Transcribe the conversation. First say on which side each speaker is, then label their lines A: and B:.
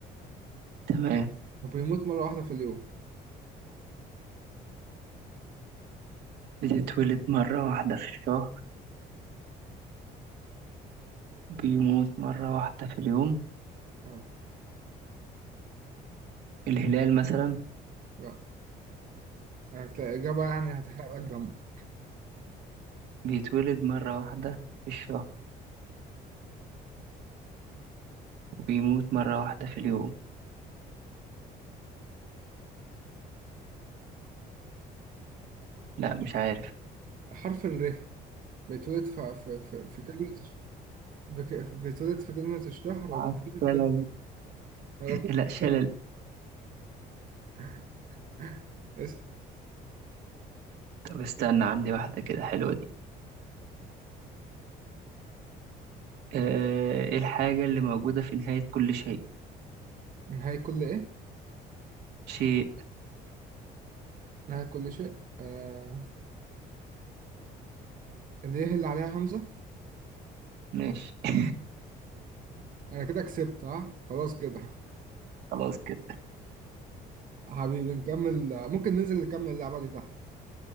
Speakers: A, on the right; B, on the right.
A: تمام
B: وبيموت مرة واحدة في اليوم
A: بتتولد مرة واحدة في الشهر بيموت مرة واحدة في اليوم
B: اه
A: الهلال مثلا
B: لا هتلاقي إجابة يعني هتحرق لك دمك
A: بيتولد مرة واحدة في الشهر وبيموت مرة واحدة في اليوم لا مش عارف
B: حرف الر بيتولد في في في, في كلمة الش- بك... بيتولد في كلمة الشهر
A: مع
B: وبيختفي في
A: السلامة
B: كلمة ما قلتلكش.
A: لا شلل
B: <laughs> اسأل.
A: طب استنى عندي واحدة كده حلوة دي آه، ايه الحاجة اللي موجودة في نهاية كل شيء
B: نهاية كل ايه؟
A: شيء
B: نهاية كل شيء آه... اللي هي اللي عليها همزة
A: ماشي <laughs>
B: انا كده كسبت ها خلاص كده
A: خلاص كده
B: حبيبي نكمل ممكن ننزل نكمل اللعبة دي تحت